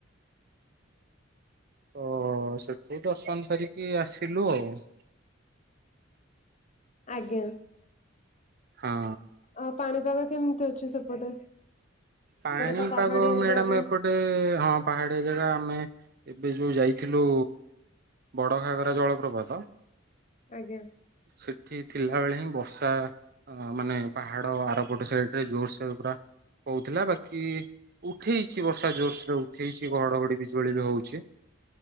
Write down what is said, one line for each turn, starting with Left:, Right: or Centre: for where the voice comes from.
Right: ତ ସେଠୁ ଦର୍ଶନ ସାରିକି ଆସିଲୁ ଆଉ। <inaudible>
Left: ଆଜ୍ଞା
Right: ହଁ।
Left: ଆଉ ପାଣିପାଗ କେମିତି ଅ? ସେପଟେ।
Right: ପାଣିପାଗ
Left: ତ ପାହାଡିଆ
Right: ମ୍ୟାଡାମ
Left: ଜାଗା
Right: ଏପଟେ ହଁ ପାହାଡିଆ ଜାଗା ଆମେ ଏବେ ଯୋଉ ଯାଇଥିଲୁ ବଡ ଘାଗରା ଜଳପ୍ରପାତ।
Left: ଆଜ୍ଞା।
Right: ସେଠି ଥିଲା ବେଳେ ହିଁ ବର୍ଷା ଆ ମାନେ ପାହାଡ ଆରପଟ ସାଇଡରେ ଜୋରସେ ସେ ପୁରା ହଉଥିଲା ବାକି ଉଠେଇଛି ବର୍ଷା ଜୋରସରେ ଉଠେଇଛି ଘଡଘଡି ବିଜୁଳି ବି ହଉଛି।